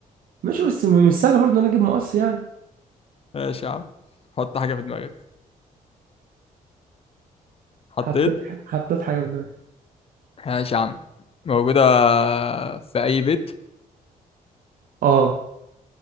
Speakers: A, on the right; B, on the left.
A: ماشي بس م- مش سهل برضه ان انا اجيب مقص يعني
B: ماشي يا عم حط حاجة في دماغك حطيت؟
A: حطيت حطيت حاجه في دماغي
B: ماشي يا عم موجودة في أي بيت
A: اه